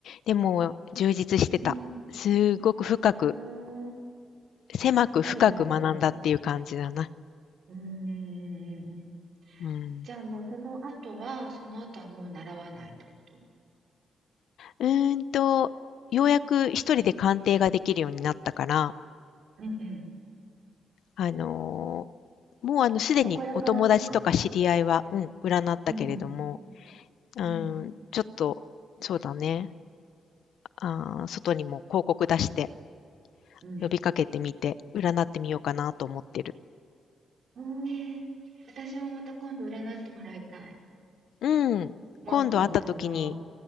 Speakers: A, on the left; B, on the right.
A: でも、充実してた。
B: うん。へ
A: すごく深く
B: ーし
A: 狭く深く学んだっていう感じだな。
B: っかり学べたんだ。うんうんうんうん。
A: うん。
B: じゃあもうその後は、その後はもう習わないってこと
A: うーんと、ようやく一人で鑑定ができるようになったから、
B: うんうん。
A: あの、もうあのすでにお友達とか知り合いは、
B: あ、でもこれから、そっか。
A: うん、占ったけれども、
B: うんう
A: うん、
B: ん。うん。
A: ちょっと、そうだね、ああ、外にも広告出して
B: うん。
A: 呼びかけてみて、占ってみようかなと思ってる。
B: うーん。私もまた今度占ってもらいたい。
A: うん。
B: もっと、
A: 今度会った時に、
B: あの、